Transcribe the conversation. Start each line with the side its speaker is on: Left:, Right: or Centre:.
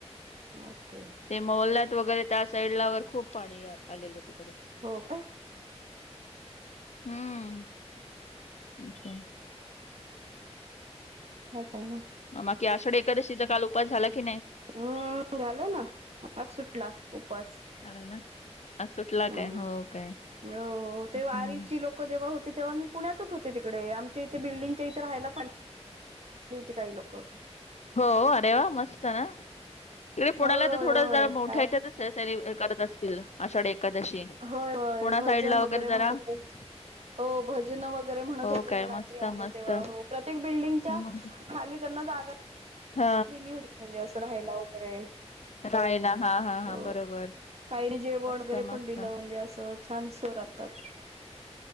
Right: ओके
Left: <unintelligible> त्या साईड ला वर खूप पाणी आलेलं तिकडं.
Right: हो का!
Left: हम्म! अच्छा!
Right: काय करणार
Left: बाकी, आषाढ एकादशीचा काल उपास झाला की, नाही?
Right: हम्म! झालं ना आज सुटला उपास.
Left: <unintelligible> सुटला
Right: हम्!
Left: काय हो काय
Right: हो ते
Left: हम्म
Right: वारीची लोक जेव्हा होते तेव्हा मी पुण्यातच होते तिकडे, आमच्या इथे बिल्डंगच्या इथे राहायला पण गेलती काही लोकं.
Left: हो, अरे वा! मस्त ना
Right: होय
Left: पुण्याला तर थोडं
Right: होय
Left: जरा मोठ्याच्यात.
Right: काय
Left: ते सेलिब्रे करत असतील आषाढी एकादशी.
Right: होय, होय
Left: पुणा
Right: भजन
Left: साईडला
Right: वगैरे
Left: जरा
Right: म्हणतं आहेत. हो, भजन वगैरे म्हणत
Left: हो
Right: होते.
Left: काय
Right: रात्री
Left: मस्त
Right: आले
Left: मस्त
Right: तेव्हा हो, प्रत्येक बिल्डिंगच्या
Left: हम्म
Right: खाली त्यांना जागा
Left: हा
Right: दिली होती. म्हणजे असं राहायला वगैरे.
Left: रायला हा हा हा
Right: हो,
Left: बरोबर
Right: काही जेवण
Left: मस्त
Right: वगैरे
Left: मस्त
Right: पण दिलं म्हणजे असं छान सोय करतात.